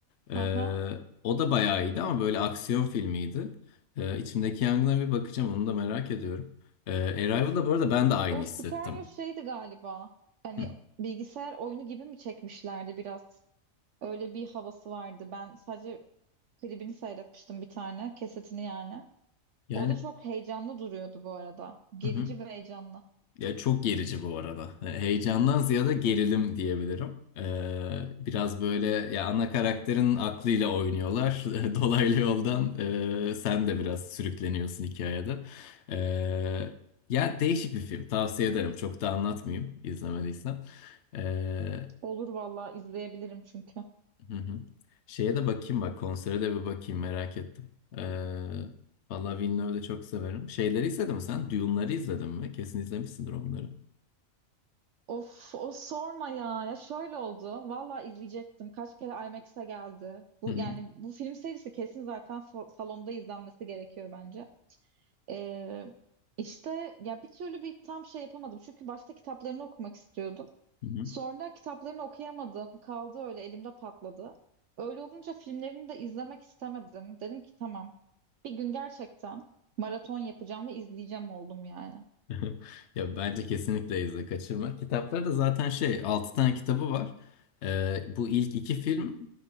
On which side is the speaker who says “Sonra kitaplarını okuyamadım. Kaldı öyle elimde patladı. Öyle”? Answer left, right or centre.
Right